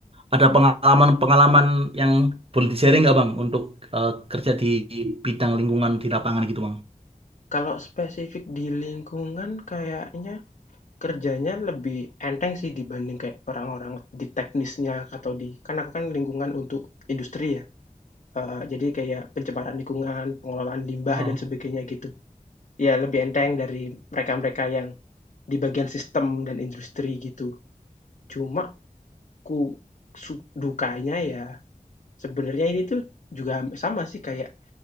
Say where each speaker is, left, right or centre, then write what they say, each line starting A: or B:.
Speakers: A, on the right; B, on the left.
A: Ada pengalaman-pengalaman yang boleh di-sharing nggak bang untuk eh, kerja di bidang lingkungan di lapangan gitu
B: Kalau spesifik di lingkungan kayaknya kerjanya lebih enteng sih dibanding kayak orang-orang di teknisnya atau di kan aku kan lingkungan untuk industri ya, eee, jadi kayak pencemaran lingkungan, pengelolaan limbah
A: bang?
B: dan sebagainya gitu. Ya lebih enteng dari mereka-mereka yang di bagian sistem dan industri gitu. Cuma ku su dukanya ya sebenarnya ini tuh juga sama sih kayak